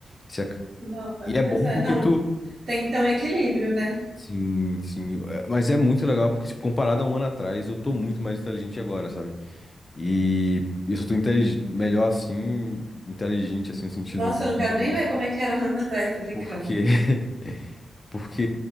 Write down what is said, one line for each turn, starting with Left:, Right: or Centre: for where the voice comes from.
Left: Isso é
Right: Não, é,
Left: E é
Right: pois
Left: bom
Right: é,
Left: porque
Right: não.
Left: tu...
Right: Tem que ter um equilíbrio, né?
Left: Sim, sim. eu- é- Mas é muito legal porque, tipo, comparado a um ano atrás, eu tô muito mais inteligente agora, sabe? E eu só tô intelig... melhor, assim, inteligente, assim, no sentido...
Right: Nossa, eu não quero
Left: Melhorei.
Right: nem ver como é que era <laughs> um ano atrás, tô brincando.
Left: Porque... <laughs> Porque